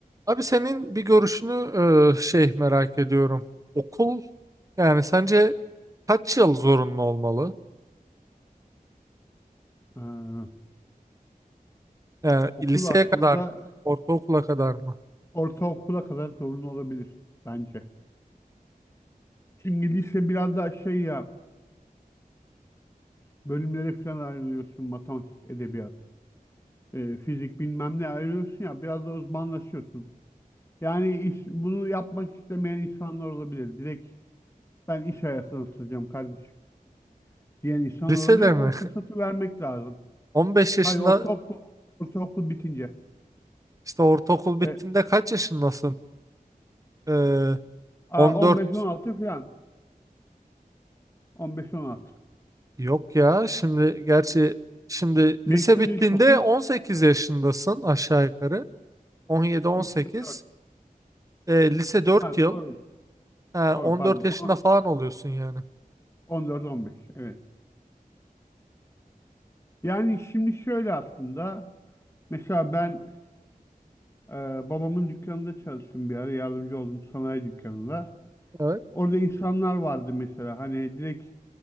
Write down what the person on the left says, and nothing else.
Ee,
okul
aslında
ortaokula kadar zorunlu olabilir bence. Çünkü lise biraz daha şey ya bölümlere falan ayrılıyorsun. Matematik, edebiyat, e, fizik bilmem ne ayrılıyorsun ya biraz da uzmanlaşıyorsun. Yani iş, bunu yapmak istemeyen insanlar olabilir. Direkt ben iş hayatına atılacağım kardeşim diyen insan olabilir.
O
fırsatı vermek lazım.
Hayır ortaokul, ortaokul bitince.
E,
a,
15-16
falan. 15-16. Beş on altı.
beş
yıl
ilkokul,
3 yıl 4.
Ha
doğru.
Doğru
pardon.
O-
14-15 evet. Yani şimdi şöyle aslında mesela ben e, babamın dükkanında çalıştım bir ara yardımcı oldum sanayi dükkanında.
Orada insanlar vardı mesela hani direkt